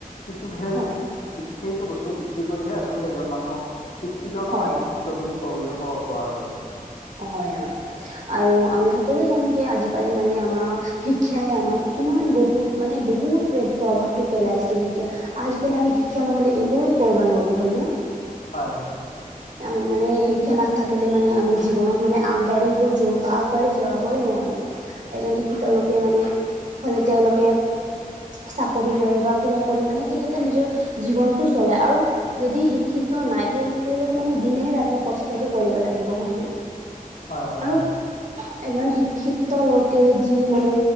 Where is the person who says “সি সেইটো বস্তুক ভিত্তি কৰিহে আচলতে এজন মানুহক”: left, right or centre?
Left